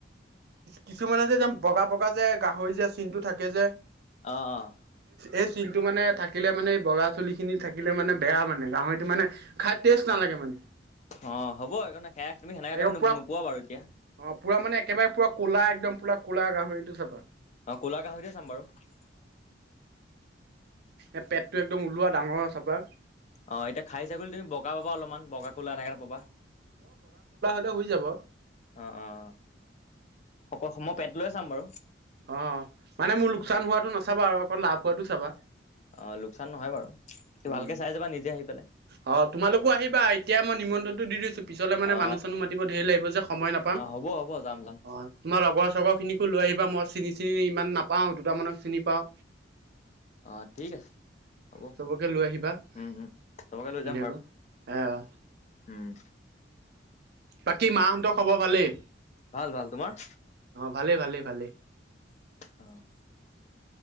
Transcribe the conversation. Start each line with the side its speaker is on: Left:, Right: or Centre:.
Right: কিছুমানে যে বগা -বগা যে গাহৰি যে চিনটো থাকে যে
Left: আহ - হ
Right: এই চিনটো মানে থাকিলে মানে এই বগা চুলি খিনি থাকিলে মানে বেয়া মানে গাহৰিটো মানে খাই টেষ্ট নালাগে। মানে
Left: অহ, হ'ব একোনাই সেয়া তুমি সেনেকাে
Right: একদম পুৰা
Left: তুমি নোকোৱা বাৰু এতিয়া।
Right: অ পুৰা মানে একেবাৰে পুৰা ক'লা একদম পুৰা ক'লা গাহৰিটো চাবা।
Left: অ', ক'লা গাহৰিটোয়ে চাম বাৰু।
Right: এ' পেটটো একদম ওলোৱা ডাঙৰ চাবা।
Left: অ', এতিয়া খাহি ছাগলী তুমি বগা পাবা অলপমান বগা কোলা এনেকা পাবা।
Right: তে হৈ যাব।
Left: অ', - অ', অকল মই পেট লৈ চাম বাৰু।
Right: অহ, মানে মোৰ লোকচান হোৱাটো নাচাবা আৰু অকন লাভ হোৱাটো চাবা।
Left: অ লোকচান নহয় বাৰু তুমি
Right: উম,
Left: ভালকে চাই যাবা নিজে আহি পেলাই
Right: অহ তোমালোকো আহিবা এতিয়াই মই নিমন্ত্ৰণ দি দিছো পিছলে মানে
Left: অ
Right: মানুহ চানোহ মাতিব ধেই লাগিব যে সময় নাপাম
Left: অ হ'ব হ'ব যাম যাম
Right: অহ তোমাৰ লগৰ লগৰ খিনিকো লৈ আহিবা মই চিনি -চিনি ইমান নাপাওঁ দুটামানক চিনি পাওঁ।
Left: অ ঠিক আছে হ'ব
Right: চবকে লৈ আহিবা ধুনীয়াকৈ।
Left: উম উম চবকে লৈ যাম বাৰু
Right: এয়
Left: উম
Right: বাকী মাহঁতৰ খবৰ ভালেই?
Left: ভাল ভাল তোমাৰ।
Right: ভালে ভালে ভালে
Left: <inaudible>